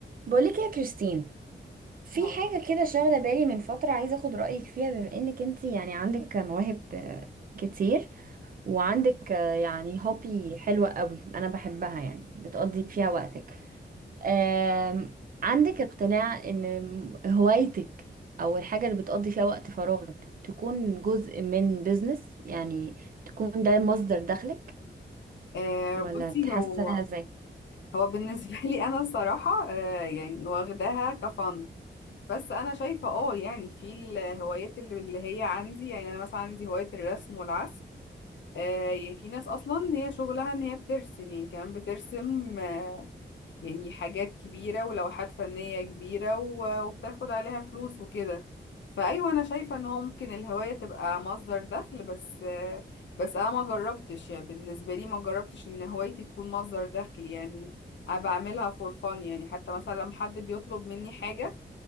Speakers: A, on the right; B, on the left.
A: بقولك يا كريستين في
B: أيوة.
A: حاجة كده شاغلة بالي من فترة عايزة اخد رأيك فيها بما انك انت يعني عندك مواهب آه، كتير وعندك آه، يعني هوبي حلوة قوي انا بحبها يعني بتقضي فيها وقتك آم، عندك اقتناع ان هوايتك او الحاجة اللي بتقضي فيها وقت فراغك تكون جزء من بيزنس يعني تكون ده مصدر دخلك
B: آه
A: ولا
B: بصي
A: تحسها
B: هو
A: ازاي
B: هو بالنسبة <laughs> لي أنا الصراحة آه يعني واخداها كفن بس أنا شايفة اه يعني في الهوايات اللي اللي هي عندي يعني أنا مثلا عندي هواية الرسم والعزف آه يعني في ناس أصلا هي شغلها إن هي بترسم يعني كمان بترسم آه، يعني حاجات كبيرة ولوحات فنية كبيرة و- وبتاخد عليها فلوس وكده فأيوة أنا شايفة إن هو ممكن الهواية تبقى مصدر دخل بس بس أنا ما جربتش يعني بالنسبة لي ما جربتش إن هوايتي تكون مصدر دخل يعني أنا بعملها فور فان يعني حتى مثلا لما حد بيطلب مني حاجة